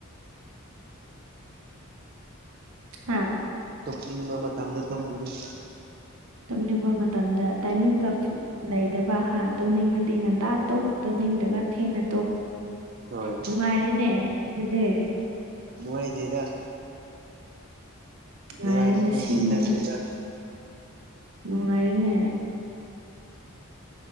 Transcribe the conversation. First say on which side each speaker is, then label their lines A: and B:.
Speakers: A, on the right (about 85°); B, on the right (about 45°).
A: ꯍꯥ
B: ꯇꯨꯝꯅꯤꯡꯕ ꯃꯇꯝꯗ ꯇꯨꯝꯒꯅꯤ
A: ꯇꯨꯝꯅꯤꯡꯕ ꯃꯇꯝꯗ ꯇꯥꯏꯃꯤꯡꯒ ꯂꯩꯗꯕ ꯍꯥ ꯇꯨꯝꯅꯤꯡꯉꯗꯤ ꯉꯟꯇꯥ ꯇꯨꯝ ꯇꯨꯝꯅꯤꯡꯗꯒ ꯊꯦꯡꯅ ꯇꯨꯝ
B: ꯍꯣꯏ
A: ꯅꯨꯡꯉꯥꯏꯔꯦꯅꯦ ꯑꯗꯨꯗꯤ
B: ꯕꯨꯋꯥꯏꯗꯦꯗ
A: ꯅꯨꯡꯉꯥꯏꯔꯦꯅꯦ
B: ꯅꯨꯉꯥꯏꯕ ꯄꯨꯟꯁꯤ
A: ꯁꯤꯃ
B: ꯅꯠꯇꯦꯗ
A: ꯅꯨꯡꯉꯥꯏꯔꯦꯅꯦ